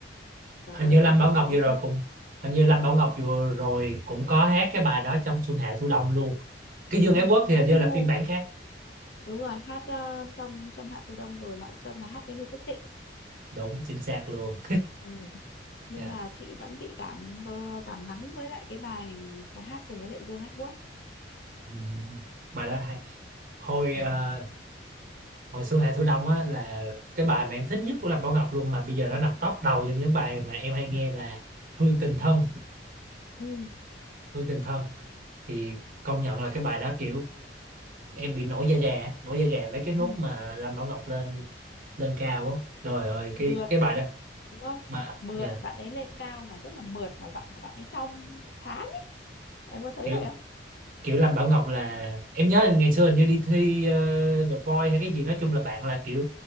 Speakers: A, on the left; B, on the right.
A: trời ơi
B: Hình như Lâm
A: em
B: Bảo
A: nghe
B: Ngọc
A: bài đây
B: vừa rồi
A: chưa
B: cũng hình như Lâm Bảo Ngọc vừa rồi cũng có hát cái bài đó trong Xuân Hạ Thu Đông luôn cái Dương
A: ừ,
B: Ái Quốc
A: hát
B: thì hình như
A: với Nu
B: là phiên bản khác
A: đúng rồi hát ờ, trong xuân hạ thu đông rồi lại xuân là hát với Nu Phước Thịnh
B: đúng chính xác luôn
A: ừ. nhưng
B: Dạ.
A: mà chị vẫn bị cảm mơ cảm nắng với lại cái bài mà hát cùng với lại Dương Edward
B: Ừ. bài đó hay hồi
A: ừ.
B: ờ, hồi Xuân Hạ Thu Đông á là cái bài mà em thích nhất của Lâm Bảo Ngọc luôn mà bây giờ nó nằm top đầu trong những bài mà em hay nghe là Hương Tình Thân
A: Ừ.
B: Hương Tình Thân thì công nhận là cái bài đó kiểu em bị nổi da gà nổi da gà mấy cái nốt
A: Ừ.
B: mà Lâm Bảo Ngọc lên lên cao á trời ơi cái
A: mượt
B: cái bài đó
A: đúng không
B: mà
A: mượt
B: dạ,
A: bạn ấy lên cao mà rất là mượt mà giọng của bạn ấy trong sáng ấy. em có thấy
B: kiểu
A: vậy không
B: kiểu Lâm Bảo Ngọc là em nhớ ngày xưa hình như đi thi ờ, The Voice hay cái gì nói chung là bạn là kiểu